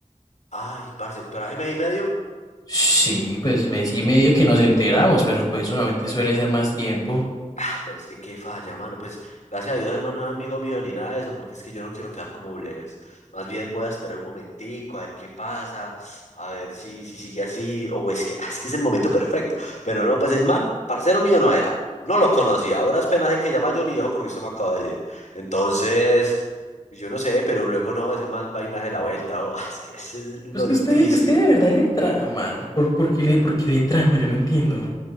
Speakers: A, on the left; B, on the left.
A: Ay, parce, pero ahí me di medio.
B: Sí, pues mes y medio que nos enteramos, pero pues normalmente suele ser más tiempo.
A: Ah, pero es que qué falla, mano. Pues gracias a Dios, hermano, no es amigo mío ni nada de eso, porque es que yo no quiero quedar como Bless. Más bien voy a esperar un momentico, a ver qué pasa, a ver si, si sigue así, o es que, ah, es que es el momento perfecto. Pero no, pues el man, parcero mío no era. No lo conocía. Ahora es pena de que llama Johnny Viejo porque usted me acaba de decir. Entonces, yo no sé, pero luego no, ese man va y me hace la vuelta. o- <laughs> es que ese es lo
B: Pues que
A: difícil.
B: usted, usted de verdad le trama. ¿Por, por qué le, por qué le trama? Yo no entiendo.